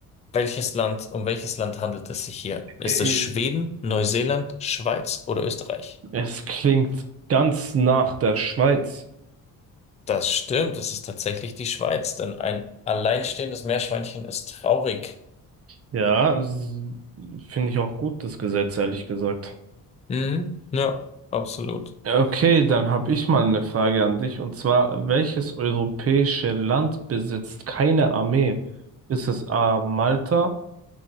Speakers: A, on the left; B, on the right.
A: Welches Land, um welches Land handelt es sich hier? Ist
B: Äh,
A: es Schweden, Neuseeland, Schweiz oder Österreich?
B: Es klingt ganz nach der Schweiz.
A: Das stimmt, es ist tatsächlich die Schweiz, denn ein alleinstehendes Meerschweinchen ist traurig.
B: Ja, s- finde ich auch gut, das Gesetz, ehrlich gesagt.
A: Mhm, ja, absolut.
B: Okay, dann habe ich mal eine Frage an dich. Und zwar, welches europäische Land besitzt keine Armee? Ist es A. Malta,